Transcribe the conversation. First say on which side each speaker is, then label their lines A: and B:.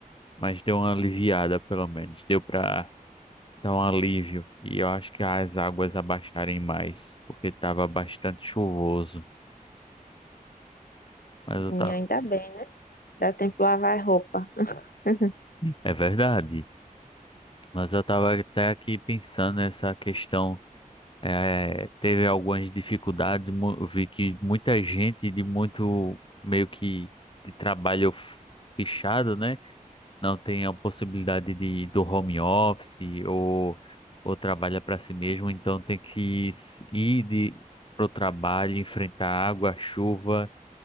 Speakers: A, on the left; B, on the left.
A: mas deu uma aliviada pelo menos, deu pra dar um alívio e eu acho que as águas abaixarem mais, porque tava bastante chuvoso, mas eu
B: Sim,
A: tava
B: ainda bem, né? Dá tempo de lavar roupa. <laughs>
A: É verdade, mas eu estava até aqui pensando nessa questão. eh, teve algumas dificuldades, mu- eu vi que muita gente de muito meio que de trabalho f- fechado, né? Não tem a possibilidade de do home office ou, ou trabalha para si mesmo, então tem que s- ir de, pro trabalho, enfrentar água, chuva